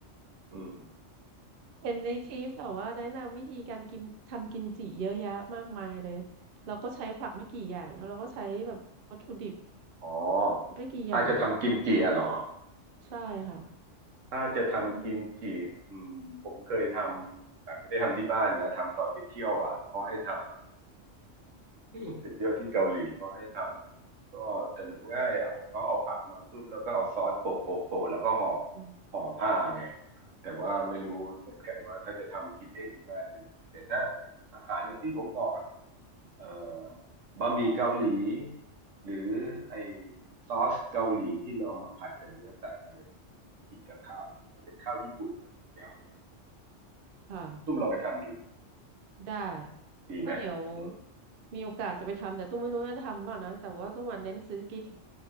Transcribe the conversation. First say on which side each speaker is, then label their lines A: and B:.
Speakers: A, on the right (about 80°); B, on the right (about 60°).
A: อืม
B: เห็นในคลิปแบบว่าแนะนำวิธีการกินทำกิมจิเยอะแยะมากมายเลยเราก็ใช้ผักไม่กี่อย่างแล้วเราก็ใช้แบบวัตถุดิบ
A: อ๋อ
B: ไม่กี่อย่าง
A: ถ้าจะทำกิมจิอ่ะเหรอ
B: ใช่ค่ะ
A: ถ้าจะทำกิมจิอืมผมเคยทำแต่ไม่ได้ทำที่บ้านนะทำตอนไปเที่ยวอ่ะแล้วเขาให้ทำอ่ะ
B: อืม
A: อืมไปเที่ยวที่เกาหลีแล้วก็ให้ทำอ่ะก็แต่มันง่ายอ่ะผมก็เอาผักมาปุ๊บแล้วก็เอาซอสโปะโปะโปะแล้วก็ห่อ
B: อืม
A: ห่อผ้าไงแต่ว่าไม่รู้เหมือนกันว่าถ้าจะทำกินเองที่บ้านเป็นยังไงแต่ถ้าอาหารอย่างที่ผมบอกอ่ะ เอ่อบะหมี่เกาหลีหรือไอซอสเกาหลีที่เราเอามาผัดกับเนื้อสัตว์อะไรกินกับข้าวถ้าเป็นข้าวญี่ปุ่นก็แจ๋วเลย
B: ค่ะ
A: คุณตุ้มลองไปทำดู
B: ได้
A: ดีไหมอืม
B: ก็เดี๋ยวมีโอกาสจะไปทำแต่ตุ้มไม่รู้จะทำเปล่านะแต่ว่าตุ้มมันเน้นซื้อกิน